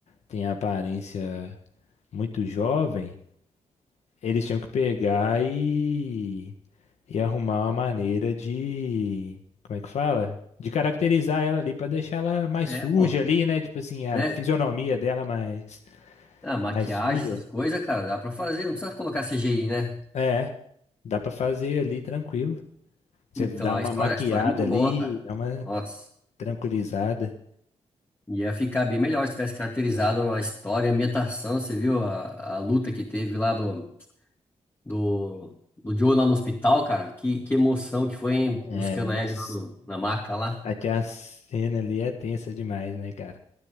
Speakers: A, on the left (about 80°); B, on the left (about 20°).
A: tem a aparência muito jovem. Eles tinham que pegar e, e arrumar uma maneira de, como é que fala? De caracterizar ela ali pra deixar ela mais
B: É,
A: suja
B: pô,
A: ali, né? Tipo assim, a
B: né?
A: fisionomia dela mais
B: Ah, maquiagem,
A: mais suja.
B: essas coisas, cara, dá pra fazer, não precisa colocar CGI, né?
A: É, dá pra fazer ali tranquilo. Você
B: Então,
A: dá
B: a
A: uma
B: história,
A: maquiada
B: a história é muito
A: ali,
B: boa, cara.
A: dá uma
B: Nossa,
A: tranquilizada.
B: ia ficar bem melhor se tivesse caracterizado a história, a ambientação. Você viu a, a luta que teve lá do, do, do Joe lá no hospital, cara? Que, que emoção que foi, hein?
A: É,
B: Buscando
A: nossa,
B: a Ellie lá no- na maca lá.
A: até a cena ali é tensa demais, né, cara?